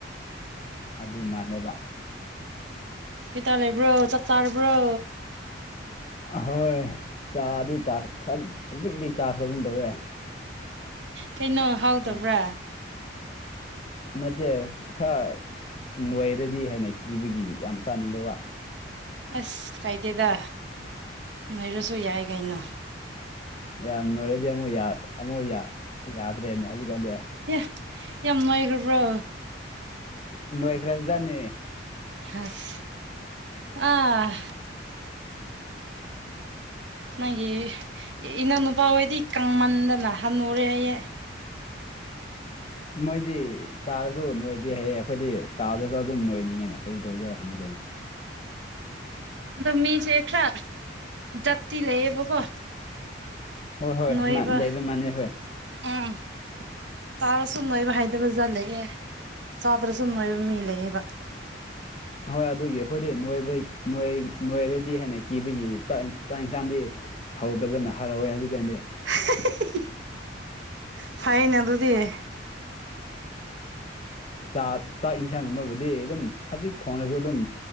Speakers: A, on the left; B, on the right.
A: ꯑꯗꯨ ꯃꯅꯦꯕ
B: ꯀꯩꯇꯥ ꯂꯩꯕ꯭ꯔꯣ ꯆꯥꯛ ꯆꯥꯔꯕ꯭ꯔꯣ
A: ꯑꯍꯣꯏ ꯆꯥꯗꯤ ꯈ ꯍꯧꯖꯤꯛꯇꯤ ꯆꯥꯈ꯭ꯔꯒꯨꯝꯗꯧꯋꯦ
B: ꯀꯩꯅꯣ ꯍꯥꯎꯗꯕ꯭ꯔꯥ
A: ꯌꯥꯝ ꯅꯠꯇꯦ ꯈꯔ ꯅꯣꯏꯔꯗꯤ ꯍꯥꯏꯅ ꯀꯤꯕꯒꯤ ꯌꯥꯝ ꯆꯥꯅꯤꯡꯗꯕ
B: ꯑꯁ ꯀꯥꯏꯗꯦꯗ ꯅꯣꯏꯔꯁꯨ ꯌꯥꯏ ꯀꯩꯅꯣ
A: ꯌꯥꯝ ꯂꯣꯏꯔꯗꯤ ꯑꯃꯨ ꯑꯃꯨꯛ ꯌꯥꯗ꯭ꯔꯦꯅꯦ ꯍꯧꯖꯤꯛꯀꯥꯟꯗꯤ
B: ꯏ ꯌꯥꯝꯅꯨꯡꯉꯥꯏꯈ꯭ꯔꯕ꯭ꯔꯣ
A: ꯂꯣꯏꯈ꯭ꯔꯕꯖꯥꯠꯅꯤ
B: ꯑꯁ ꯑꯥ ꯅꯪꯒꯤ ꯏꯅꯥꯎꯅꯨꯄꯥ ꯍꯣꯏꯗꯤ ꯀꯪꯃꯟꯗꯅ ꯍꯅꯨꯔꯦ ꯍꯥꯏꯌꯦ
A: ꯃꯣꯏꯗꯤ ꯆꯥꯔꯁꯨ ꯅꯣꯏꯗꯦ ꯍꯥꯏꯌꯦ ꯑꯩꯈꯣꯏꯗꯤ ꯆꯥꯗꯁꯨ ꯑꯗꯨꯝ ꯅꯣꯏꯅꯤꯡꯉꯦꯅꯦ ꯀꯔꯤ ꯇꯧꯖꯤꯔꯥ ꯈꯪꯗꯦꯅꯦ
B: ꯑꯗꯣ ꯃꯤꯁꯦ ꯈꯔ ꯖꯥꯠꯇꯤ ꯂꯩꯌꯦꯕꯀꯣ
A: ꯍꯣꯏ ꯍꯣꯏ
B: ꯅꯣꯏꯕ
A: ꯃꯥ ꯂꯩꯕ ꯃꯥꯟꯅꯩ ꯍꯣꯏ
B: ꯎꯝ ꯇꯁꯨ ꯁꯨꯝ ꯅꯣꯏꯕ ꯍꯥꯏꯗꯕ ꯖꯥꯠ ꯂꯩꯑꯦ ꯆꯥꯗ꯭ꯔ ꯁꯨꯝ ꯅꯣꯏꯕ ꯃꯤ ꯂꯩꯌꯦꯦꯕ
A: ꯍꯣꯏ ꯑꯗꯨꯒꯤ ꯑꯩꯈꯣꯏꯗꯤ ꯅꯣꯏꯕꯣꯏ ꯅꯣꯏꯔꯗꯤ ꯍꯦꯟꯅ ꯀꯤꯕꯒꯤꯥꯛ ꯆꯥꯛ ꯌꯦꯟꯁꯥꯡꯗꯤ ꯍꯧꯗꯕꯅ ꯍꯔꯥꯎꯋꯦ ꯍꯧꯖꯤꯛ ꯀꯥꯟꯗꯤ
B: ꯍ <inaudible> <unintelligible> ꯐꯩꯅꯦ ꯑꯗꯨꯗꯤ
A: ꯆꯥꯛ ꯆꯥꯛ ꯌꯦꯟꯁꯥꯡꯒꯨꯝꯕꯕꯨꯗꯤ ꯑꯗꯨꯝ ꯍꯧꯖꯤꯛ ꯊꯣꯡꯅꯁꯨ ꯑꯗꯨꯝ